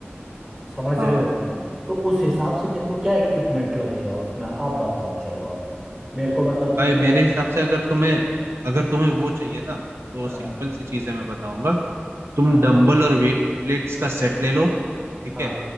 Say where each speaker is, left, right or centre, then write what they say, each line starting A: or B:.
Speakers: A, on the right (about 25°); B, on the right (about 80°).
A: समझ
B: हाँ
A: रहे होगे ना तो उस हिसाब से मेरे को क्या इक्विपमेंट लगेगा उसमें आप बताओ चलो अब मेरे को मतलब कि
B: भाई मेरे
A: मेरा
B: हिसाब से अगर तुम्हें अगर तुम्हें वो चाहिए ना तो
A: हाँ
B: सिंपल सी चीजें मैं बताऊंगा तुम
A: हाँ
B: डंबल और वेट प्लेट्स का सेट ले लो ठीक
A: हाँ
B: है